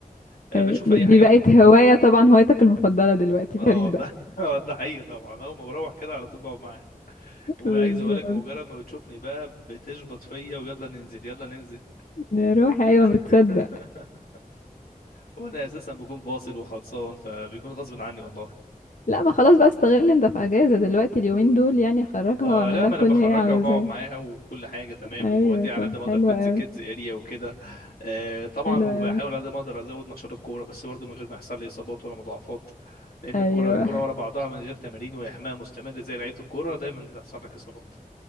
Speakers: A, on the left; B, on the left.
A: أه
B: ايوه
A: بشوف
B: دي
A: اي
B: دي
A: حاجه
B: بقت
A: بت...
B: هواية طبعا هوايتك المفضلة دلوقتي
A: اه
B: فريدة
A: <laughs> آه، ده حقيقي طبعا اول ما بروح كده على طول بقعد معاها
B: <laughs>
A: وعايز
B: بالظبط
A: اقول لك مجرد ما بتشوفني بقى بتشبط فيا ويلا ننزل يلا ننزل
B: نروح ايوه
A: <laughs>
B: بتصدق
A: وانا اساسا بكون فاصل وخلصان فبيكون غصب عني والله
B: لا ما خلاص بقى استغل انت في اجازة دلوقتي اليومين دول يعني خرجها
A: اه
B: واعمل
A: لا
B: لها
A: ما
B: كل
A: انا بخرجها
B: اللي هي عاوزاه
A: وبقعد معاها وكل حاجه تمام
B: ايوه
A: وبوديها
B: طب
A: على قد ما اقدر
B: حلو
A: كودز
B: قوي
A: كيدز اريا وكده آه طبعا
B: حلو
A: وبحاول
B: قوي
A: على قد ما اقدر ازود ماتشات الكوره بس برضه من غير ما يحصل لي اصابات ولا مضاعفات لان
B: ايوه
A: الكوره الكوره ورا بعضها من غير تمارين واحماء مستمر زي لعيبه الكوره دايما بتحصل لك اصابات